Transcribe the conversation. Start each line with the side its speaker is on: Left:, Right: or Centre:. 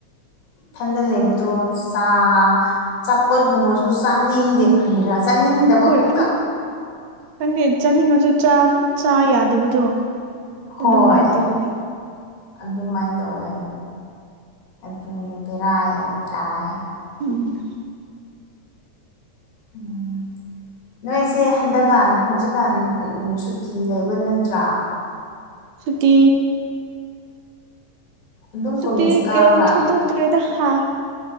Left: ꯏꯊꯟꯗ ꯂꯩꯕꯗꯣ ꯆꯥ ꯆꯄꯠꯒꯨꯝꯕꯁꯨ ꯆꯥꯅꯤꯡꯗꯦ ꯈꯔꯤ ꯈꯔ ꯆꯥꯅꯤꯡꯗꯕ ꯉ
Right: ꯈꯣꯏ ꯀ ꯆꯥꯅꯤꯡꯉꯁꯨ ꯆ ꯑꯗꯨꯗꯣ
Left: ꯍꯣꯏ
Right: ꯑꯗꯨꯃꯥꯏꯅ ꯇꯧꯋꯦ
Left: ꯑꯗꯨꯃꯥꯏꯅ ꯇꯧꯋꯦ ꯑꯗꯨ ꯄꯦꯔꯥ ꯌꯥꯝ ꯇꯥꯏ
Right: ꯎꯝ
Left: ꯎꯝ ꯅꯣꯏꯁꯦ ꯍꯟꯗꯛꯀꯥꯟ ꯍꯧꯖꯤꯛꯀꯥꯟ ꯁꯨꯇꯤ ꯂꯩꯕ ꯅꯠꯇ꯭ꯔꯥ
Right: ꯁꯨꯇꯤ
Left: ꯑꯗꯨꯝ ꯀꯣꯂꯦꯖ
Right: ꯇ
Left: ꯀꯥꯕ꯭ꯔꯥ
Right: ꯀꯦꯝ ꯊꯗ ꯇꯨꯔꯦꯗ ꯍꯥ